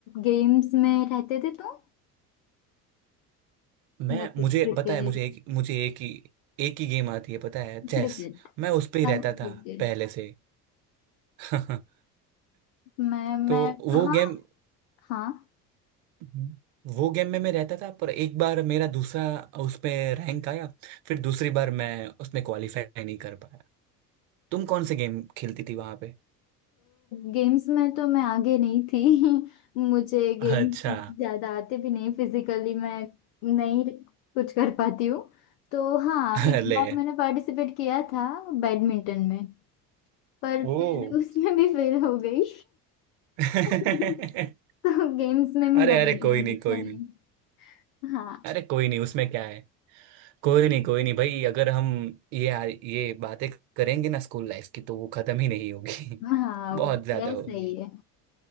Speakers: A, on the left (about 45°); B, on the right (about 45°).
A: गेम्स में रहते थे तुम
B: मैं
A: मतलब
B: मुझे
A: क्रिकेट
B: पता है मुझे एक मुझे एक ही एक ही गेम आती है पता है चेस
A: क्रिकेट
B: मैं उस पे ही
A: ओके
B: रहता था पहले से <laughs>
A: मैं मैं
B: तो वो
A: हाँ
B: गेम
A: हाँ
B: हम्म। वो गेम में मैं रहता था पर एक बार मेरा दूसरा उसमें रैंक आया फिर दूसरी बार मैं उसमें क्वालिफाई नहीं कर पाया तुम कौन से गेम खेलती थी वहां पे
A: गेम्स में तो मैं आगे नहीं थी <laughs> मुझे गेम
B: अच्छा
A: ज्यादा आते भी नहीं फिजिकली मैं नहीं कुछ कर पाती हूँ तो हाँ
B: अरे
A: एक बार मैंने पार्टिसिपेट किया था बैडमिंटन में पर
B: ओ
A: फिर <laughs> उसमें भी फेल हो गई
B: <laughs> अरे
A: <laughs> तो गेम्स में मेरा
B: अरे
A: बैकग्राउंड
B: कोई नहीं
A: अच्छा
B: कोई
A: नहीं
B: नहीं
A: है हाँ
B: अरे कोई नहीं उसमें क्या है कोई नहीं कोई नहीं भाई अगर हम ये ये बातें करेंगे ना स्कूल लाइफ की तो वो खत्म ही नहीं होगी
A: हाँ
B: <laughs> बहुत ज्यादा
A: वैसा
B: होगी
A: ही है